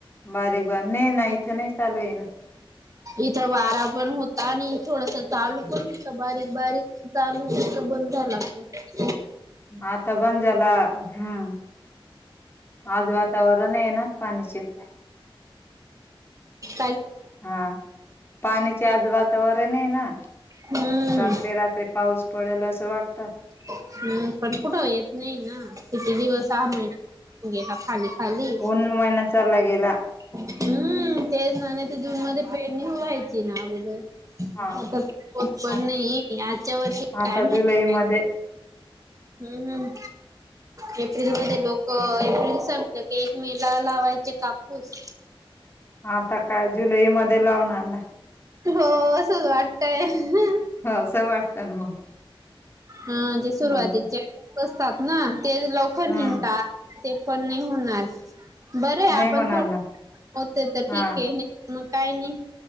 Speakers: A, on the left (about 25°); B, on the right (about 35°).
A: बारीक बार नाही ना इथं नाही चालू आहे ना
B: इथं वारा पण होता आणि थोडस चालू पण होत बारीक बारीक चालू बंदयलागत
A: आता बंदजला हम आज वातावरण आहे ना पाणीचे
B: ह
A: हा पाणीचे आज वातावरण आहे ना
B: हम्म
A: राते रात्र्री पाऊस पडेल असं वाटत
B: हम्म पण कुठं येत नाही ना किती दिवस हहा महिना घेला खाली खाली
A: उऊन महिना चाल गेला
B: हम्म तेच ना नाही ते जून मध्ये पेरणी व्हायची ना अगोदर
A: हा
B: आता होत पण
A: आ-
B: नाही आजच्या वर्ष
A: आता
B: टायम
A: जुलै
B: आहे
A: मध्ये
B: हम्म हम्म एप्रिल मध्ये लोक एप्रिल संपलं की एक मेला लावायचे कापूस
A: आता काय जुलै मध्ये लावणार नाही
B: हो असंच वाटतय ह
A: असं वाटतं ना मग
B: हा जे
A: हम्म
B: सुरुवाती बसतात ना ते लवकर
A: हम्म
B: निघतात ते पण नाही होणार बरं
A: नाही
B: आपण
A: होणार
B: थो
A: ना
B: होते तर
A: हा
B: ठीक आहे मग काय नाही